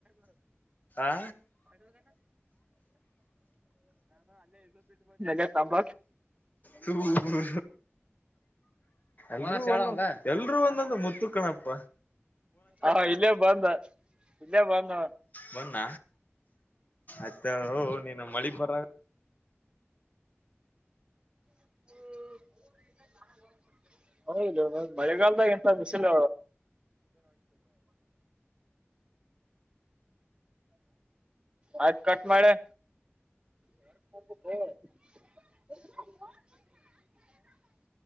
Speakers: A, on the left; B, on the right.
A: ಹಾ
B: ಜ ತಂಬ
A: ಹ್ಮ ಹ ಎಲ್ರೂ ಒಂದೊಂದು ಮುತ್ತುಕಣಪ್ಪ
B: ಹಾ ಇಲ್ಲೇ ಬಂದ ಇಲ್ಲೇ ಬಂದ
A: ಬನ್ನ ಅತ್ತ ಹ ನೀನು ಮಳಿ ಬರಾಗ
B: ಹ್ಮ್ ಹೌ ಇದು ಮಳೆಗಾಲದಾಗ ಎಂತ ಬಿಸಿಲುತ ಆಯ್ತು ಕಟ್ ಮಾಡೆ <unintelligible>